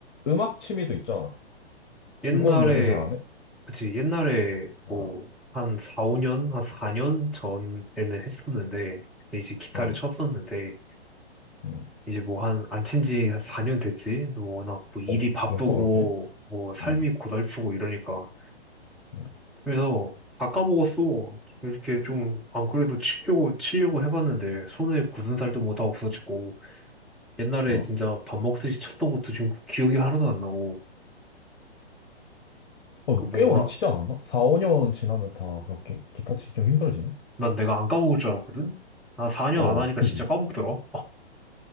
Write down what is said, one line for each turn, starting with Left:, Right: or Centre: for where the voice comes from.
Left: 음악 취미도 있잖아.
Centre: 옛날에,
Left: 그건 요즘 잘 안 해?
Centre: 그치. 옛날에
Left: 아,
Centre: 뭐, 한 4, 5년? 한 4년 전에는 했었는데, 그때 이제 기타를
Left: 응,
Centre: 쳤었는데,
Left: 응.
Centre: 이제 뭐 한 안 친지 4년 됐지. 너 워낙 뭐 일이
Left: 어?
Centre: 바쁘고
Left: 벌써 그렇게?
Centre: 뭐 삶이
Left: 응,
Centre: 고달프고 이러니까.
Left: 응,
Centre: 그래서 다 까먹었어. 이렇게 좀 안 그래도 치려고 치려고 해봤는데 손에 굳은 살도 뭐 다 없어지고 옛날에
Left: 응.
Centre: 진짜 밥 먹듯이 쳤던 것도 지금 기억이 하나도 안 나고
Left: 어,
Centre: 그
Left: 너
Centre: 뭔가
Left: 꽤 오래 치지 않았나? 4, 5년 지나면 다 그렇게 기타 치기 좀 힘들어지나?
Centre: 난 내가 안 까먹을 줄 알았거든. 나 4년
Left: 어,
Centre: 안 하니까
Left: 그지?
Centre: 진짜 까먹더라.